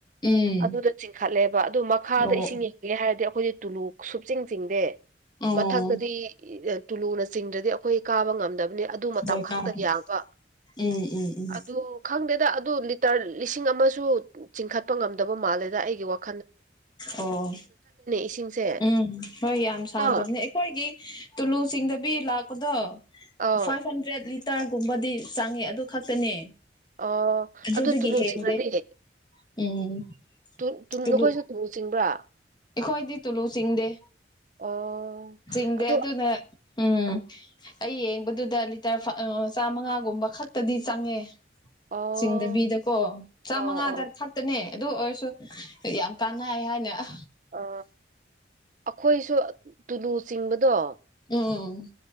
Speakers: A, on the left; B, on the right.
A: ꯎꯝ
B: ꯑꯗꯨꯗ ꯆꯤꯡꯈꯠꯂꯦꯕ ꯑꯗꯨ ꯃꯈꯥꯗ
A: ꯑꯣ
B: ꯏꯁꯤꯡ ꯌꯦ ꯒꯦ ꯍꯥꯏꯔꯗꯤ ꯑꯩꯈꯣꯏꯗꯤ ꯇꯨꯂꯨ ꯁꯨꯞꯆꯤꯡ ꯆꯤꯡꯗꯦ
A: ꯑꯣ
B: ꯃꯊꯛꯇꯗꯤ ꯇꯨꯂꯨꯅ ꯆꯤꯡꯗ꯭ꯔꯗꯤ ꯑꯩꯈꯣꯏ ꯀꯥꯕ ꯉꯝꯗꯕꯅꯦ ꯑꯗꯨ ꯃꯇꯝ
A: ꯍꯣꯏ
B: ꯈꯛꯇ
A: ꯀꯥꯕ
B: ꯌꯥꯒ
A: ꯎꯝ ꯎꯝ ꯎꯝ
B: ꯑꯗꯨ ꯈꯪꯗꯦꯗ ꯑꯗꯨ ꯂꯤꯇꯔ ꯂꯤꯁꯤꯡ ꯑꯃꯁꯨ ꯆꯤꯡꯈꯠꯄ ꯉꯝꯗꯕ ꯃꯥꯜꯂꯦꯗ ꯑꯩꯒꯤ ꯋꯥꯛ
A: ꯑꯣ
B: ꯏꯁꯤꯡꯁꯦ
A: ꯎꯝ ꯍꯣꯏ ꯌꯥꯝ ꯁꯥꯡꯗꯕꯅꯦ
B: ꯀꯣ
A: ꯑꯩ ꯑꯩꯈꯣꯏꯒꯤ ꯇꯨꯂꯨ ꯆꯤꯡꯗꯕꯤ ꯂꯥꯛꯄꯗꯣ
B: ꯑꯥꯎ
A: ꯐꯥꯏꯚ ꯍꯟꯗ꯭ꯔꯦꯠ ꯂꯤ ꯇꯔꯒꯨꯝꯕꯗꯤ ꯆꯪꯉꯦ ꯑꯗꯨ ꯈꯛꯇꯅꯦ
B: ꯑꯣ
A: ꯑꯗꯨꯗꯒꯤ
B: ꯑꯗꯨ ꯇꯨꯂꯨ
A: ꯍꯦꯟꯗꯦ
B: ꯆꯤꯡꯔꯗꯤ
A: ꯎꯝ
B: ꯇꯨ ꯇꯨ
A: ꯇꯨꯂꯨ
B: ꯅꯈꯣꯏꯁꯨ ꯇꯨꯨꯂꯨ ꯆꯤꯡꯕ꯭ꯔꯥ
A: ꯑꯩꯈꯣꯏꯗꯤ ꯇꯨꯂꯨ ꯆꯤꯡꯗꯦ
B: ꯑꯣ
A: ꯆꯤꯡꯗꯦ
B: ꯑꯗꯨ
A: ꯑꯗꯨꯅ ꯎꯝ ꯑꯩ ꯌꯦꯡꯕꯗꯨꯗ ꯂꯤꯇꯔ ꯐꯥ ꯑ ꯆꯥꯃꯉꯥꯒꯨꯝꯕ ꯈꯛꯇꯗꯤ ꯆꯪꯉꯦ
B: ꯑꯣ
A: ꯆꯤꯡꯗꯕꯤꯗꯀꯣ ꯆꯥꯝꯃꯉꯥꯗꯔ
B: ꯑꯣ ꯑꯣ
A: ꯈꯛ ꯇꯅꯦ ꯑꯗꯨ ꯑꯣꯏꯔꯁꯨ ꯌꯥꯝ ꯀꯥꯟꯅꯩ ꯍꯥꯏꯅ ꯑ
B: ꯑ ꯑꯈꯣꯏꯁꯨ ꯇꯨꯂꯨ ꯆꯤꯡꯕꯗꯣ
A: ꯎꯝ